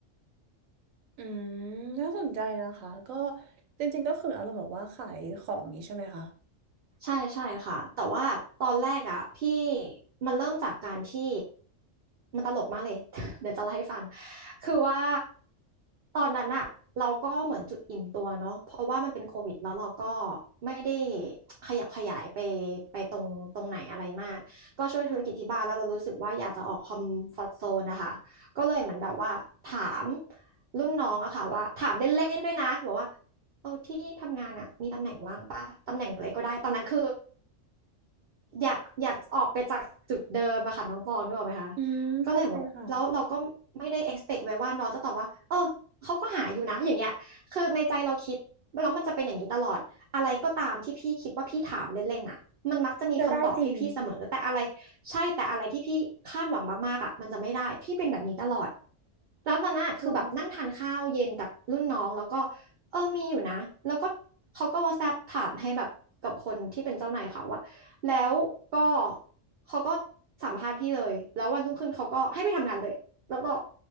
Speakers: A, on the right (about 85°); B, on the right (about 55°).
A: อืมน่าสนใจนะคะก็จริงๆก็คืออารมณ์แบบว่าขายของนี้ใช่ไหมคะ
B: ใช่ใช่ค่ะแต่ว่าตอนแรกอ่ะพี่มันเริ่มจากการที่มันตลกมากเลย <laughs> เดี๋ยวจะเล่าให้ฟังคือว่าตอนนั้นอ่ะเราก็เหมือนจุดอิ่มตัวเนาะเพราะว่ามันเป็นโควิดแล้วเราก็ไม่ได้ขยับขยายไปไปตรงตรงไหนอะไรมากก็ช่วยธุรกิจที่บ้านแล้วเรารู้สึกว่าอยากจะออกคอมฟอร์ z โซนนะคะก็เลยเหมือนแบบว่าถามรุ่นน้องอะค่ะว่าถามเล่นๆด้วยนะบอกว่า เออที่ทำงานอ่ะมีตำแหน่งว่างปะตำแหน่งอะไรก็ได้ตอนนั้นคืออยากอยากออกไปจากจุดเดิมอะค่ะน้องตองนึกออกไหมคะ
A: อืมเข้าใจค่ะ
B: ก็เลยแบบแล้วเราก็ไม่ได้ expect ไว้ว่าน้องจะตอบว่าเออเขาก็หาอยู่นะอย่างเงี้ยคือในใจเราคิดแล้วมันจะเป็นอย่างนี้ตลอดอะไรก็ตามที่พี่คิดว่าพี่ถามเล่นๆอะมันมักจะมีคำตอบให้พี่เสมอแต่อะไร
A: มันจะได้จริง
B: ใช่แต่อะไรที่พี่คาดหวังมากๆอะมันจะไม่ได้พี่เป็นแบบนี้ตลอดแล้วตอนนั้นอะคือแบบนั่งทานข้าวเย็นกับรุ่นน้องแล้วก็
A: โอ้
B: เออ มีอยู่นะ แล้วก็เขาก็ WhatsApp ถามให้แบบกับคนที่เป็นเจ้านายเขาอะแล้วก็เขาก็สัมภาษณ์พี่เลย แล้ววันรุ่งขึ้นเขาก็ให้ไปทำงานเลย แล้วก็